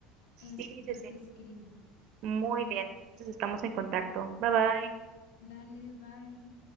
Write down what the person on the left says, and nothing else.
Eso,
yo
te escribo.
Dale, bye.